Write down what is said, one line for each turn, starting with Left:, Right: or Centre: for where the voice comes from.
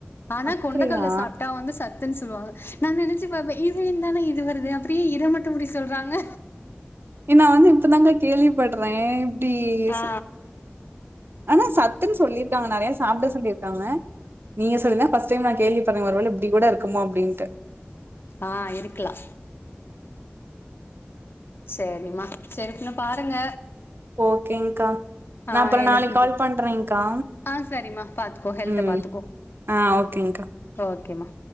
Left: ஆனா
Right: அப்படியா
Left: கொண்டகல்ல சாப்ட்டா வந்து சத் துன் சொல்வாங்க நா நெனச்சு பாப்ப இதுயந்தான இது வருது அப்றோ ஏ இத மட்டோ அப்டி சொல்றாங்க
Right: எ நா வந்து இப்பதாங்க கேள்வி பட்ற இப்டி
Left: ஆ
Right: ச ஆனா சத்துன் சொல்லியிருக்காங்க நறைய சாப்ட சொல்லி க்காங்க நீங்க சொல்லி தா ஃபர்ஸ்ட் டைம் நா கேள்வி பட்ற ஒருவேள இப்டி கூட இருக்குமோ அப்டின்ட்டு
Left: ஆ இருக்கலா சேரிமா சேரி பின்ன பாருங்க
Right: ஓகேங்க்கா
Left: ஆ
Right: நா அப்றோ
Left: எனக்கு
Right: நாளைக் கால் பண்றேங்க்கா
Left: ஆ சரிம்மா பாத்துக்கோ ஹெல்த
Right: ம்
Left: பாத்துக்கோ
Right: அ ஓகேங்க்கா
Left: ஓகேம்மா